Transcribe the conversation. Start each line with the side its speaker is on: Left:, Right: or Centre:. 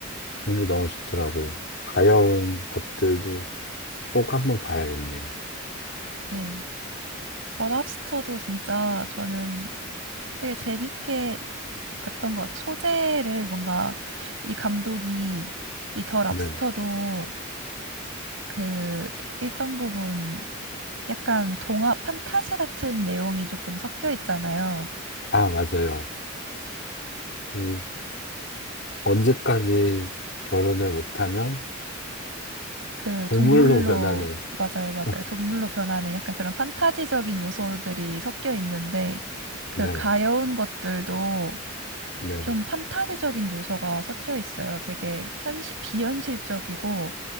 Left: 그게 너무 좋더라고요. 가여운 것들도 꼭 한번 봐야겠네요.
Right: 네, 버랍스터도 진짜 저는 되게 재밌게 봤던 것 같아요. 소재를 뭔가 이 감독이 이 더 랍스터도
Left: 네.
Right: 그 일정 부분 약간 동화 판타지 같은 내용이 조금 섞여 있잖아요.
Left: 아, 맞아요. 그, 언제까지 결혼을 못하면
Right: 그
Left: 동물로
Right: 동물로
Left: 변하는,
Right: 맞아요, 맞아요.
Left: <laughs>
Right: 동물로 변하는 약간 그런 판타지적인 요소들이 섞여 있는데 그
Left: 네,
Right: 가여운 것들도
Left: 네,
Right: 좀 판타지적인 요소가 섞여 있어요. 되게 현실 비현실적이고